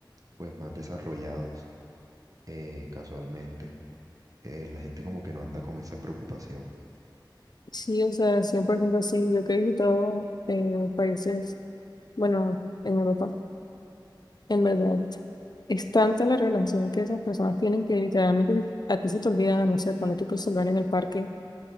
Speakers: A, on the right; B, on the left.
A: pues más desarrollados, eh, casualmente, eh, la gente como que no anda con esa preocupación.
B: sí, o sea, 100% sí. Yo que he visitado eh, países, bueno, en Europa, en verdad, es tanta la relación que esas personas tienen que literalmente a ti se te olvida, no sé, ponerte tu celular en el parque